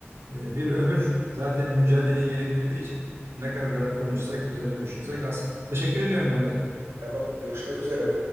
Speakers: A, on the right (about 70°); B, on the right (about 85°).
A: E, bir ömür zaten mücadeleyi gerektirdiği için ne kadar konuşsak, üzerine düşünsek az. Teşekkür ediyorum ben de.
B: Tamam, görüşmek üzere.